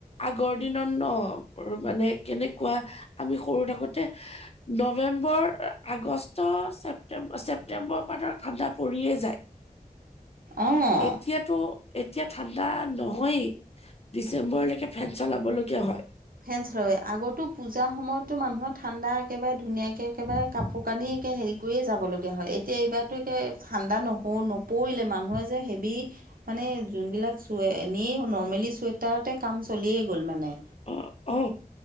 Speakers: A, on the left; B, on the right.
A: আগৰ দিনত ন' <unintelligible> মানে কেনেকুৱা আমি সৰু থাকোত তে নৱেম্বৰ, আগষ্ট, ছেপ্তেম্বৰ -ছেপ্তেম্বৰ পানৰ ঠাণ্ডাত পৰিয়ে যায়
B: অঁ
A: এতিয়াতো এতিয়া ঠাণ্ডা নহয়েই ডিচেম্বৰলৈকে ফেন চলাব লগীয়া হয়।
B: ফেনচ লয় আগৰতো পূজাৰ সময়তো মানুহৰ ঠাণ্ডা একেবাৰে ধুনীয়াকে একেবাৰে কাপোৰ কানি একে হেৰি একোৱে যাবলগীয়া হয় এতিয়া এইবাৰতো একে ঠাণ্ডা নহো নপৰিলে মানুহে যে হেবি মানে যোনবিলাক চুৱে নি নৰ্মেলি চুৱেটাৰতে কাম চলিয়েই গ'ল মানে।
A: অ', অ',